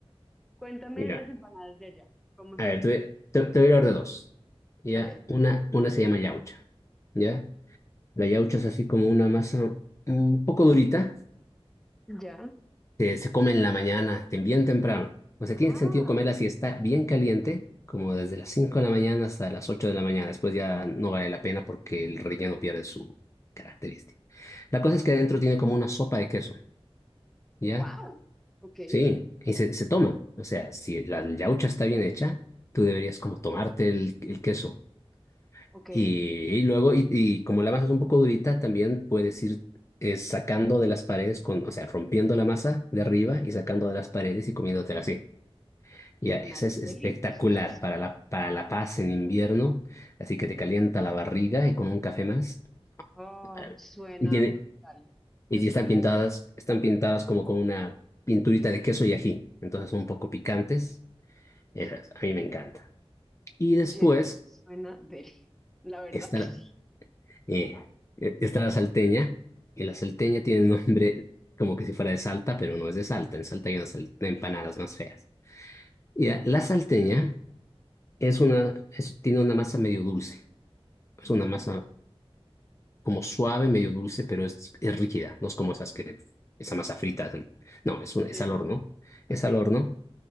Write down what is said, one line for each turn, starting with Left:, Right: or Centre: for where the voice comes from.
Centre: Cuéntame
Left: ya.
Centre: las empanadas de allá, ¿cómo
Left: A
Centre: son
Left: ver,
Centre: las
Left: te,
Centre: empanadas?
Left: voy te- te voy a hablar de dos. ¿Ya?
Centre: Ok,
Left: Una, una se llama yaucha. ¿Ya? La yaucha es así como una masa un poco durita.
Centre: ujú, ya.
Left: que se come en la mañana, tem- bien temprano. O sea,
Centre: Ah,
Left: tiene sentido comerla si está bien caliente, como desde las 5 de la mañana hasta las 8 de la mañana. Después ya no vale la pena porque el relleno pierde su característica. La cosa es que adentro tiene como una sopa de queso. ¿Ya?
Centre: wow, ok,
Left: Sí, y se, se toma. O sea, si la yaucha está bien hecha, tú deberías como tomarte el el queso
Centre: ok,
Left: Y, y luego, y, y como la masa es un poco durita, también puedes ir eh, sacando de las paredes, con, o sea, rompiendo la masa de arriba y sacando de las paredes y comiéndotela así. Ya,
Centre: suena
Left: esa es
Centre: deliciosa.
Left: espectacular para la, para la paz en invierno, así que te calienta la barriga y con un café más,
Centre: Oh,
Left: maravilla.
Centre: suena
Left: Y tiene,
Centre: brutal,
Left: y
Centre: es
Left: están
Centre: verdad.
Left: pintadas, están pintadas como con una pinturita de queso y ají, entonces son un poco picantes. Esas, a mí me encanta. Y después
Centre: Oye, suena deli, la verdad
Left: está,
Centre: que sí.
Left: Eh, eh, está la salteña, y la salteña tiene nombre como que si fuera de Salta, pero no es de Salta. En Salta hay unas sal- empanadas más feas. Y eh, la salteña es una, es- tiene una masa medio dulce.
Centre: Ujú,
Left: Es una masa como suave, medio dulce, pero es, es rígida. No es como esas que, esa masa frita. es al- No, es, un- es
Centre: Sí,
Left: al horno. Es
Centre: ok,
Left: al horno.